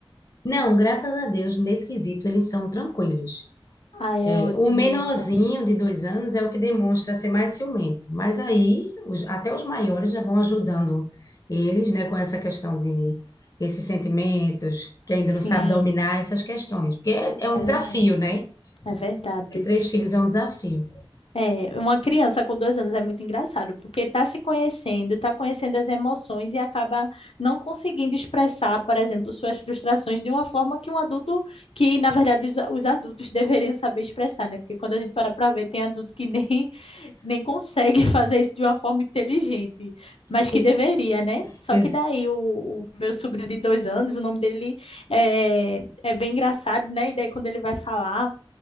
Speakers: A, on the left; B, on the left.
A: Não, graças a Deus, nesse quesito eles são tranquilos.
B: Ah, é
A: É,
B: ótimo
A: o menorzinho
B: isso.
A: de dois anos é o que demonstra ser mais ciumento, mas aí os- até os maiores já vão ajudando eles, né, com essa questão de esses sentimentos, que ainda
B: Sim,
A: não sabe dominar essas questões, porque é, é um
B: é
A: desafio,
B: verdade,
A: né?
B: é verdade.
A: Ter três filhos é um desafio.
B: É, uma criança com dois anos é muito engraçado, porque está se conhecendo, está conhecendo as emoções e acaba não conseguindo expressar, por exemplo, suas frustrações de uma forma que um adulto, que na verdade os, os adultos deveriam saber expressar, né? Porque quando a gente para para ver, tem adulto que nem, nem consegue <laughs> fazer isso de uma forma inteligente, mas
A: E-
B: que deveria, né? Só
A: ex-
B: que daí o, o meu sobrinho de dois anos, o nome dele é, é bem engraçado, né? E daí quando ele vai falar,